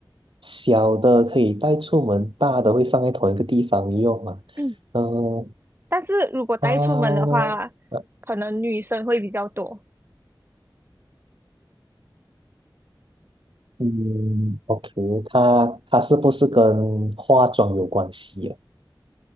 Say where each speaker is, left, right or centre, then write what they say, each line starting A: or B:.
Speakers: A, on the right (about 80°); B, on the right (about 25°).
A: 小的可以带出门，大的会放在同一个地方用嘛？
B: 嗯，<clears throat>
A: 呃，
B: 但是如果带出门的话，
A: 它，呃
B: 可能女生会比较多，
A: 嗯，OK，它它是不是跟化妆有关系啊？